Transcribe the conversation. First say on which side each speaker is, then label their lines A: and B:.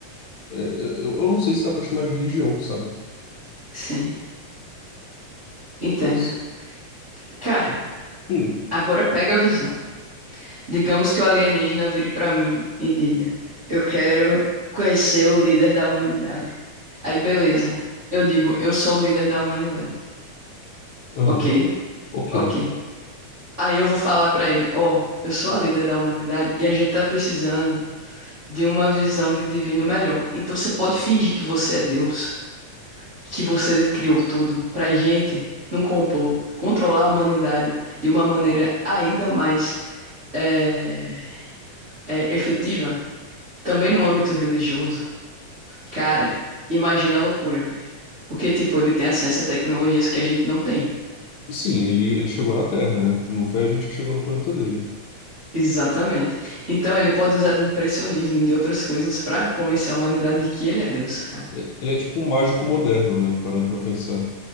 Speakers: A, on the left (about 75°); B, on the right (about 50°).
A: é, é, eu, eu não sei se dá pra chamar de religião, sabe?
B: sim, entenda.
A: Mas
B: Cara,
A: hum.
B: agora pega a visão. Digamos que o alienígena vire pra mim e diga: Eu quero conhecer o líder da humanidade. Aí, beleza. Eu digo: Eu sou o líder da humanidade.
A: Ah,
B: Ok,
A: ok.
B: ok. Aí eu vou falar pra ele: Ó, eu sou a líder da humanidade e a gente tá precisando. de uma visão de divino melhor. Então você pode fingir que você é Deus, que você criou tudo pra gente não compor, controlar a humanidade de uma maneira ainda mais eh, eh, efetiva, também no âmbito religioso. Cara, imagina a loucura, velho. Porque, tipo, ele tem acesso a tecnologias que a gente não tem.
A: Sim, ele, ele chegou na Terra, né? Não foi a gente que chegou no planeta dele.
B: Exatamente. Então ele pode usar de impressionismo, e de outras coisas, pra convencer a humanidade de que ele é Deus, cara.
A: E- Ele é tipo um mágico moderno, né? Parando pra pensar.